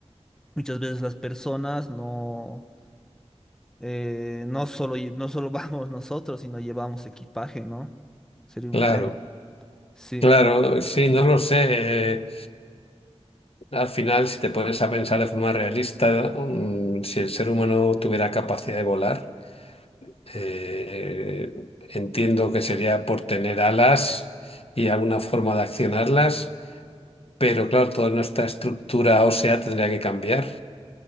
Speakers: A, in the centre; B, on the left.
A: muchas veces las personas no, eh, no solo, lle- no solo <laughs> vamos nosotros, sino llevamos equipaje, ¿no? Sería un
B: Claro.
A: tema. Sí.
B: Claro, sí, no lo sé. Eh, al final, si te pones a pensar de forma realista, mm, si el ser humano tuviera capacidad de volar, eh, entiendo que sería por tener alas y alguna forma de accionarlas, pero claro, toda nuestra estructura ósea tendría que cambiar,